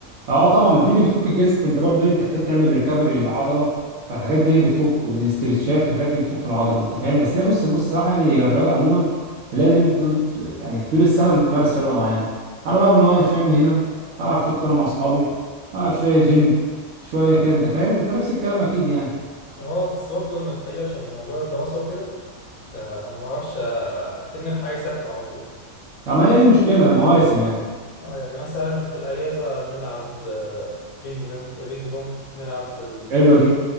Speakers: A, on the right; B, on the left.
A: اه طبعا ما دي اللي بتفك الجسم انت برضه ايه بتحتاج تعمل ريكفري للعضله فالحاجات دي هي بتفك والاسترتشات والحاجات دي بتفك العضله انت فاهم بس هي بص بص الصراحه يعني هي الرياضه عموما لازم انت طول يعني طول السنه ممارس رياضه معينه انا بقى من نوع شويه من هنا العب شويه كوره مع اصحابي آه شويه جيم شويه كده انت فاهم انت نفس الكلام اكيد يعني
B: اه بس برضه انا الحقيقه عشان موضوع الدراسه وكده فما بعرفش أ- اتن في حاجه ثابته على طول
A: طب ما هي دي مشكله مواسم يعني
B: اه يعني مثلا في الاجازه نلعب آه، بينج بونج بينج بونج نلعب في
A: حلوه دي